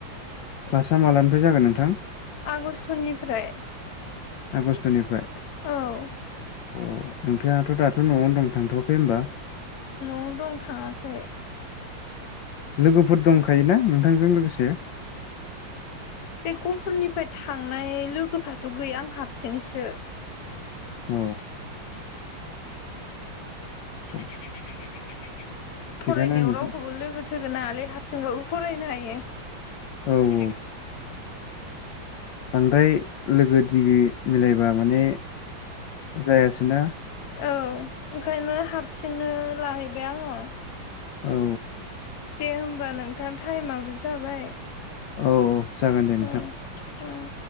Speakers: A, on the left (about 75°); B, on the left (about 55°).
A: क्लासा मालानिफ्राय जागोन नोंथां
B: आगष्ट'निफ्राय
A: आगष्ट'निफ्राय
B: औ
A: अ नोंथाङाथ' दाथ' न'आवनो दं थांथ'वाखै होनोमबा
B: बावनो दं थाङाखै
A: लोगोफोर दंखायोना नोंथांजों लोगोसे
B: बे गफुरनिफ्राय थांनाय लोगोफ्राथ' गैया आं हारसिंसो
A: औ <inaudible>
B: फरायनायाव
A: नोंथां
B: रावखौबो लोगो थोगोन नाङालै हारसिंबाबो फरायनो हायो।
A: औ औ बांद्राय लोगो दिगि मिलायबा माने जायासो ना
B: औ ओंखायनो हारसिंनो लाहैबाय आङो
A: औ
B: दे होमबा नोंथां टाइमाबो जाबाय
A: औ औ जागोन दे नोंथां
B: औ औ